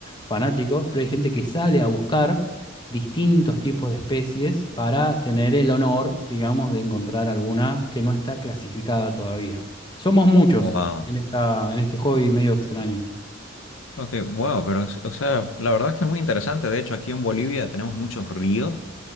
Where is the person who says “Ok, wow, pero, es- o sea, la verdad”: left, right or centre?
Left